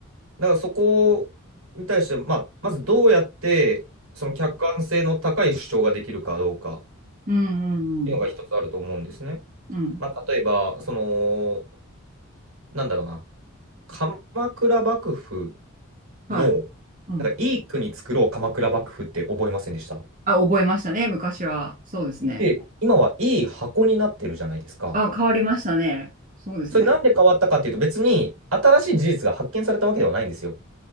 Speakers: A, on the right; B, on the right.
A: だからそこに対して、まあ、まずどうやって、その客観性の高い主張ができるかどうかっ
B: うん、うん、
A: ていうのが一つあると思うんですね。
B: うん。うん
A: まあ、例えば、その、なんだろうな、鎌倉幕府
B: はい。
A: の、
B: うん。
A: なんかいい国作ろう鎌倉幕府って覚えませんでした
B: あ、覚えましたね、昔は。そうですね。
A: で、今はいい箱になってるじゃないですか。
B: あ、変わりましたね。そうですね。
A: それなんで変わったかっていうと、別に新しい事実が発見されたわけではないんですよ。